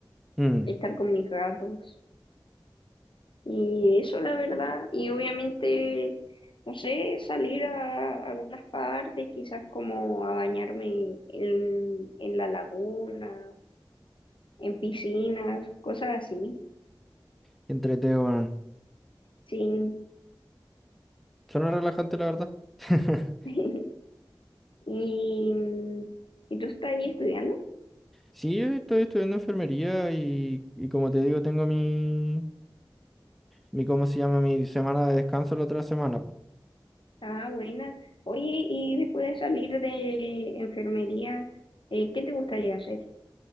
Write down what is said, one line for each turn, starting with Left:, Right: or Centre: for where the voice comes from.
Centre: Mm,
Left: estar con mis gatos. Y eso, la verdad. Y obviamente, no sé, salir a algunas partes, quizás como a bañarme en, en la laguna, en piscinas, cosas así.
Centre: qué entrete, weón.
Left: Sí.
Centre: Suena relajante, la verdad. <laughs>
Left: <laughs> Y, ¿y tú estás ahí estudiando?
Centre: Sí, yo estoy estudiando enfermería y, y como te digo, tengo mi, mi, ¿cómo se llama? Mi semana de descanso la otra semana. po.
Left: Ah, buena. Oye, y después de salir de enfermería, eh, ¿qué te gustaría hacer?